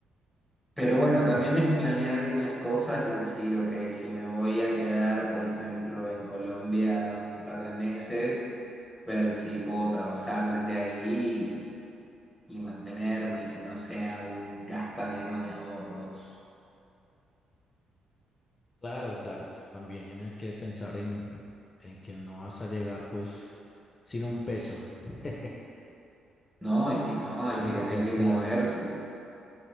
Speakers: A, in the centre; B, on the left.
A: Pero bueno,
B: Sí,
A: también es planear bien las cosas y decir, ok, si me voy a quedar, por ejemplo, en Colombia un par de meses, ver si puedo trabajar desde ahí y, y mantenerme y que no sea un gastadero de ahorros.
B: claro, claro. Pues, También hay que pensar en, en que no vas a llegar pues sin un peso. <laughs>
A: No, es que no,
B: Sí,
A: hay que,
B: porque
A: hay
B: es
A: que moverse.
B: que la-